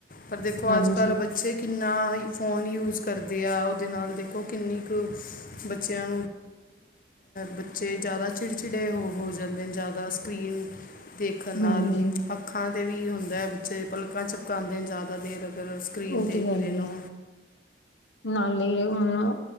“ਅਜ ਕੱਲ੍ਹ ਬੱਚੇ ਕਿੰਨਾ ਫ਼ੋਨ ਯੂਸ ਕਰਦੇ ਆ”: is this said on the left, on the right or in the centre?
Left